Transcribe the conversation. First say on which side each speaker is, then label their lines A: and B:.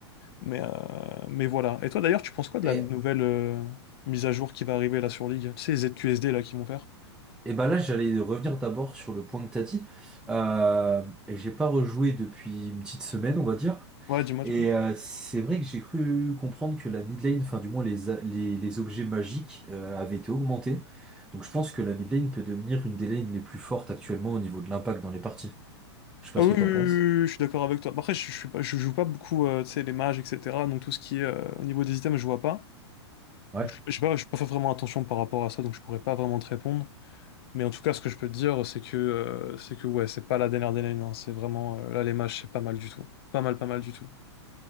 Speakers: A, on the left (about 60°); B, in the centre.
A: Mais, euh, mais voilà. Et toi d'ailleurs, tu penses quoi de
B: Et
A: la nouvelle euh, mise à jour qui va arriver là sur League? Tu sais, les ZQSD là qui vont faire?
B: Et ben là, j'allais revenir d'abord sur le point que t'as dit. Euh, et j'ai pas rejoué depuis une petite semaine, on va dire.
A: Ouais, dis-moi,
B: Et
A: dis-moi.
B: euh, c'est vrai que j'ai cru comprendre que la mid lane, enfin du moins les, a- les, les objets magiques euh, avaient été augmentés. Donc je pense que la mid lane peut devenir une des lanes les plus fortes actuellement au niveau de l'impact dans les parties. Je sais pas
A: Ah oui,
B: ce que
A: oui,
B: t'en
A: oui, oui,
B: penses.
A: oui, je suis d'accord avec toi. Bah, Après, je, je suis pas, je joue pas beaucoup, euh, tu sais, les mages, etc. Donc tout ce qui est euh, au niveau des items, je vois pas.
B: Ouais.
A: Donc je, je sais pas, je peux pas vraiment attention par rapport à ça, donc je pourrais pas vraiment te répondre. Mais en tout cas, ce que je peux te dire, c'est que, euh, c'est que ouais, c'est pas la dernière des lanes, hein. C'est vraiment euh, là les mages, c'est pas mal du tout. Pas mal, pas mal du tout.